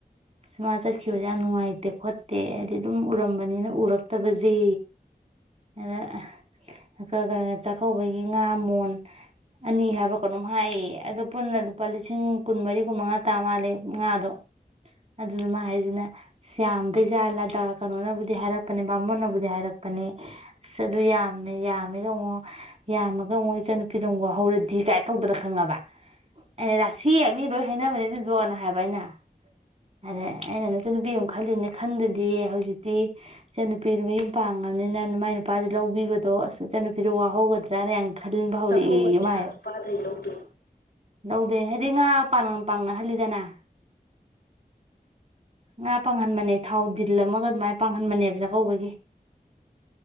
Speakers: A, on the right (about 40°); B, on the left (about 85°).
A: ꯑꯁ ꯃꯥ ꯆꯠꯈꯤꯕꯁꯦ ꯌꯥꯝ ꯅꯨꯡꯉꯥꯏꯇꯦ ꯈꯣꯠꯇꯦ ꯍꯥꯏꯗꯤ ꯑꯗꯨꯝ ꯎꯔꯝꯕꯅꯤꯅ ꯎꯔꯛ ꯇꯕꯖꯦ꯫ ꯑꯗ ꯆꯥꯛꯀꯧꯕꯒꯤ ꯉꯥ ꯃꯣꯟ ꯑꯅꯤ ꯍꯥꯏꯕ꯭ꯔꯥ ꯀꯩꯅꯣꯝ ꯍꯥꯏꯔꯤꯌꯦ ꯑꯗꯣ ꯄꯨꯟꯅ ꯂꯨꯄꯥ ꯂꯤꯁꯤꯡ ꯀꯨꯟꯃꯔꯤ ꯀꯨꯟꯃꯉꯥ ꯇꯥ ꯃꯥꯜꯂꯦ ꯉꯥꯗꯣ꯫ ꯑꯗꯨꯗ ꯃꯥ ꯍꯥꯏꯁꯤꯅ ꯏꯁ ꯌꯥꯝꯗꯣꯏꯖꯥꯠꯂꯥꯗ ꯀꯩꯅꯣꯅꯕꯨꯗꯤ ꯍꯥꯏꯔꯛ ꯅꯦ ꯕꯥꯃꯣꯟꯅꯕꯨꯗꯤ ꯍꯥꯏꯔꯛꯄꯅꯦ꯫ ꯑꯁ ꯑꯗꯨ ꯌꯥꯝꯃꯦ ꯌꯥꯝꯃꯦꯒ ꯑꯃꯨꯛ ꯌꯥꯝꯃꯒ ꯑꯃꯨꯛ ꯏꯆꯟ ꯅꯨꯄꯤꯗꯣ ꯑꯃꯨꯛ ꯋꯥꯍꯧꯔꯗꯤ ꯀꯥꯏꯅ ꯇꯧꯗꯅ ꯈꯪꯉꯕ ꯑꯩꯅꯥ ꯔꯥꯁꯤ ꯃꯤ ꯂꯣꯏ ꯍꯥꯏꯅꯕꯅꯦ ꯑꯗꯨꯏꯗꯣ ꯅ ꯍꯥꯏꯕ ꯑꯩꯅ꯫ ꯑꯗ ꯑꯩꯅ ꯅꯆꯟꯅꯨꯄꯤ ꯑꯃꯨꯛ ꯈꯜꯂꯤꯝꯅꯦ ꯈꯟꯗꯗꯤ ꯍꯧꯖꯤꯛꯇꯤ꯫ ꯏꯆꯟꯅꯨꯄꯤꯗꯨ ꯃꯌꯨꯝ ꯄꯥꯡꯒꯔꯕꯅꯤꯅ ꯃꯥꯏ ꯅꯨꯄꯥꯗꯩ ꯂꯧꯕꯤꯕꯗꯣ ꯑꯁ ꯏꯆꯟꯅꯨꯄꯤꯗꯣ ꯋꯥꯍꯧꯒꯗ꯭ꯔꯥꯅ ꯌꯝ ꯈꯟꯕ ꯍꯧꯔꯛꯑꯦꯌꯦ
B: ꯆꯥꯛꯀꯧꯕꯩ ꯄꯩꯁꯥ
A: ꯃꯥꯥꯏ ꯍꯥꯏꯕ꯫
B: ꯅꯨꯄꯥꯗꯩ ꯂꯧꯗꯣꯏꯕ
A: ꯂꯧꯗꯦ ꯍꯥꯏꯗꯤ ꯉꯥ ꯄꯥꯡ ꯄꯥꯡꯅꯍꯜꯂꯤꯗꯅ꯫ ꯉꯥ ꯄꯥꯡꯍꯟꯕꯅꯦ ꯊꯥꯎ ꯗꯤꯜ ꯑꯃꯒ ꯑꯗꯨꯃꯥꯏꯅ ꯄꯥꯡꯍꯟꯕꯅꯦ꯫ ꯆꯥꯛꯀꯧꯕꯒꯤ꯫